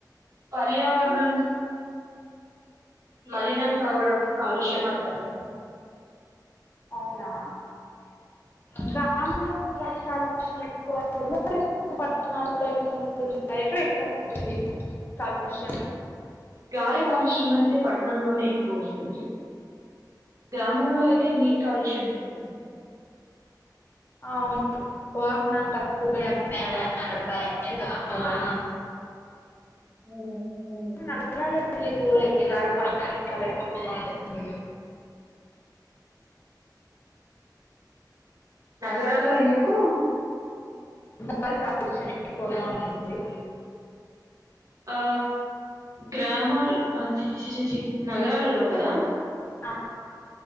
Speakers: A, on the right; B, on the left.
A: పర్యావరణం మలినం కావడం కాలుష్యం అంటారు
B: అవునా గ్రామంలో కాలుష్యం ఎక్కువ ఉంటుందా లేకపోతే పట్టణాల్లో ఎక్కువ ఉంటుందా ఎక్కువ ఉంటుంది కాలుష్యం
A: గాలి కాలుష్యం అయితే పట్టణంలోనే ఎక్కువ ఉంటుంది గ్రామంలో అయితే నీటి కాలుష్యం ఉంటుంది
B: అవును వాహనాలు తక్కువగా నడుపుతారు అక్కడ కా తక్కువగా
A: ఉ అవును
B: నగరాల గాలి చాలా ఎక్కువ బాగుంటుంది
A: నగరాల్లో ఎందుకు
B: పట్టణాల్లో కాలుష్యం ఎక్కువగా ఉంటుంది
A: ఆ గ్రామాల చి చి చి చి నగరాలలో కదా
B: ఆ